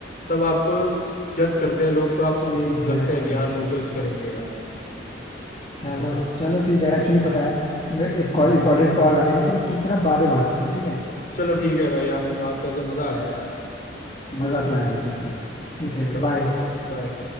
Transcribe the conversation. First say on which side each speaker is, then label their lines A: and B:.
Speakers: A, on the left (about 45°); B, on the left (about 30°).
A: तब आपको जज करते हैं लोग तो आपको
B: exactly
A: लगता है कि
B: एग्जैक्टली
A: यार लोग जज करेंगे यार
B: चलो
A: ऐसा
B: चलो ठीक है एक्चुअली पता है मैं एक
A: हम्म
B: कॉल इंपॉर्टेंट कॉल आ रही है मैं तुम तुमसे ना बाद में बात करता हूँ ठीक है
A: चलो ठीक है भाई आपसे बात करके मजा आया यार
B: मजा तो है भाई ये तो है ठीक है
A: चलो
B: ओके बाय
A: ओके बाय